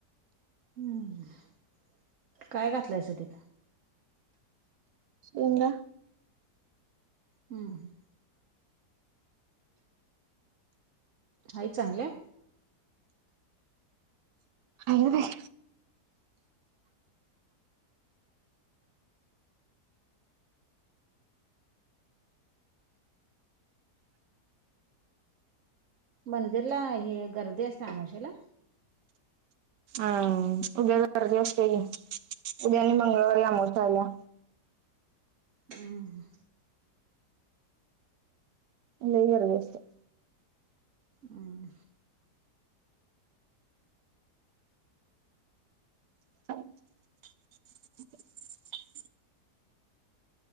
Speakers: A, on the right; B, on the right.
A: <unintelligible> काय घातलंयसाठीित
B: सोहमला
A: हं हं. हायत चांगल्या?
B: आहे बाय.
A: मंदिरला हे गर्दी असते आमवशला?
B: अं उद्या गर्दी असते. उद्या आणि मंगळवारी आमवश्या आलीया.
A: हं हं.
B: लई गर्दी असत्या.
A: हं.
B: <inaudible>